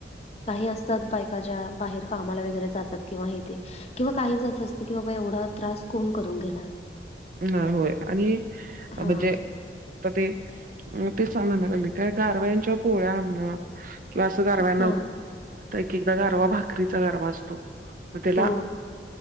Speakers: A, on the left (about 35°); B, on the right (about 50°).
A: काही असतात बायका ज्या बाहेर कामाला वगैरे जातात किंवा इथे किंवा काहिंचं असं असतं की बाबा एवढा त्रास कोण करून घेणार?
B: नाही होय आणि
A: हा
B: म्हणजे आता ते ते म्हणालागले का गारव्यांच्या पोळ्या म्हणा किंवा असं गारव्याना
A: हा
B: वै एक एकदा गारवा भाकरीचा गारवा असतो. मग त्याला
A: हो